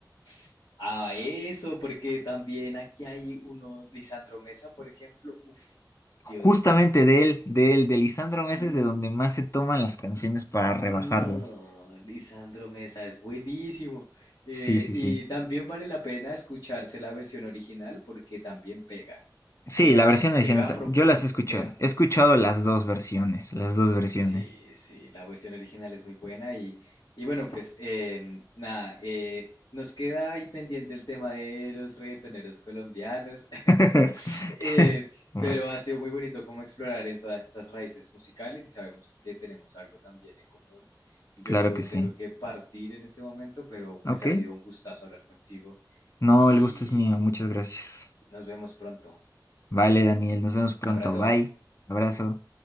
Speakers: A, on the left; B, on the left.
A: <laughs> a eso, porque también aquí hay uno, Lisandro Mesa, por ejemplo. Uf, Dios.
B: Justamente de él, de él, de Lisandro Meses,
A: Mm,
B: de donde más se toman las canciones para rebajarlas.
A: No, Lisandro Mesa es buenísimo. Eh,
B: Sí, sí,
A: y
B: sí.
A: también vale la pena escucharse la versión original porque también pega,
B: Sí,
A: pega,
B: la versión original,
A: pega
B: tam-
A: profundo,
B: yo las he escuchado.
A: pega.
B: He escuchado las dos versiones, las dos versiones.
A: Sí, sí, la versión original es muy buena y, y bueno, pues em, nada, eh, nos queda ahí pendiente el tema de los reggaetoneros colombianos, <laughs>
B: <laughs>
A: Eh,
B: Vale,
A: pero ha sido muy bonito como explorar en todas estas raíces musicales y sabemos que tenemos algo también en común. Yo
B: Claro que sí.
A: tengo que partir en este momento, pero pues
B: Ok.
A: ha sido un gustazo hablar contigo
B: No,
A: y
B: el gusto es mío. Muchas gracias.
A: nos vemos pronto.
B: Vale, Daniel. Nos vemos pronto.
A: Abrazo.
B: Bye. Abrazo.